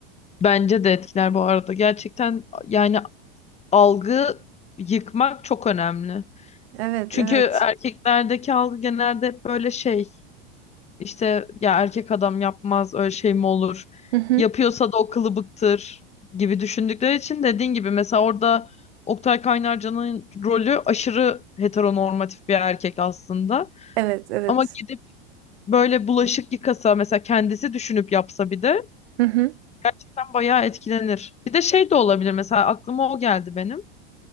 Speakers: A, on the left; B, on the right.
A: Bence de etkiler bu arada. Gerçekten yani algı yıkmak çok önemli.
B: Evet,
A: Çünkü
B: evet.
A: erkeklerdeki algı genelde hep böyle şey İşte ya erkek adam yapmaz öyle şey mi olur?
B: Hı hı.
A: Yapıyorsa da o kılıbıktır gibi düşündükleri için dediğin gibi mesela orada Oktay Kaynarca'nın rolü aşırı heteronormatif bir erkek aslında.
B: Evet, evet.
A: Ama gidip böyle bulaşık yıkasa mesela kendisi düşünüp yapsa bir de
B: Hı hı.
A: gerçekten bayağı etkilenir. Bir de şey de olabilir mesela aklıma o geldi benim.